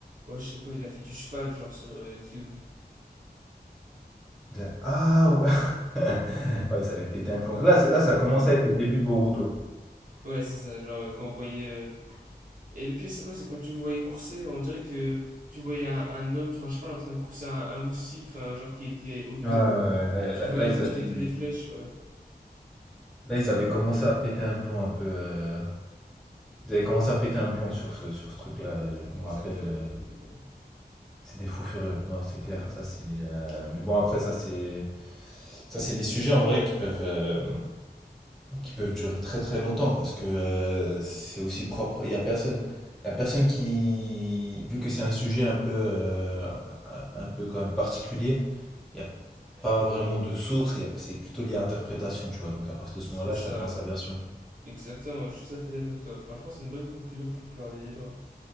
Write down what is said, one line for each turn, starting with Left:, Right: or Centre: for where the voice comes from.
Right: Ouais, je sais pas, il a fait du cheval, genre sur euh, Kyuubi.
Centre: Il a... Ah, ouais. <laughs> Ouais, ils avaient pété un plomb. Là, c'est- là, ça commençait à être le début de Boruto.
Right: Ouais, c'est ça, genre euh, quand on voyait. euh, Et le pire, c'est quoi? C'est quand tu le voyais courser, on dirait que tu voyais un, un homme sur un cheval en train de courser un, un moustique, enfin, genre qui était Obito.
Centre: Ouais, ouais, ouais. là,
Right: Tu
Centre: là-
Right: le voyais
Centre: là,
Right: en
Centre: ils
Right: train
Centre: a-
Right: de jeter
Centre: ils-
Right: des flèches, ouais.
Centre: là, ils avaient commencé à péter un plomb un peu. euh, Ils avaient commencé à péter un plomb sur ce, sur ce truc-là. euh, Je
Right: Exactement,
Centre: me rappelle. euh,
Right: ouais, mais bon.
Centre: C'est des fous furieux. Non, c'est clair.
Right: Exact...
Centre: Ça, c'est. euh, Mais bon, après, ça, c'est. Ça, c'est des sujets en vrai qui peuvent, euh, qui peuvent durer très très longtemps parce que euh, c'est aussi propre. Il y a personne, il y a personne qui, vu que c'est un sujet un peu, euh, un, un peu quand même particulier, il n'y a pas vraiment de source. et C'est plutôt lié à l'interprétation, tu vois. Donc à partir de ce
Right: C'est
Centre: moment-là,
Right: ça,
Centre: chacun a
Right: ouais.
Centre: sa version.
Right: Exactement, je suis tout à fait d'accord avec toi. Franchement, c'est une bonne conclusion pour clore le débat. hein.